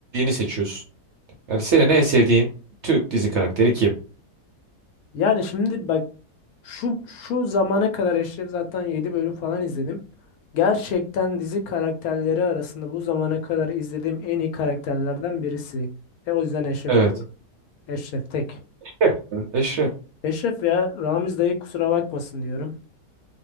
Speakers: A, on the right; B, on the left.
A: seçiyorsun. Yani senin en sevdiğin Türk dizi karakteri kim?
B: Yani şimdi bak Şu şu zamana kadar Eşref zaten 7 bölüm falan izledim. Gerçekten dizi karakterleri arasında bu zamana kadar izlediğim en iyi karakterlerden birisi. E o yüzden Eşref
A: Evet.
B: diyorum. Eşref tek.
A: Evet. Eşref.
B: Eşref ya Ramiz dayı kusura bakmasın diyorum.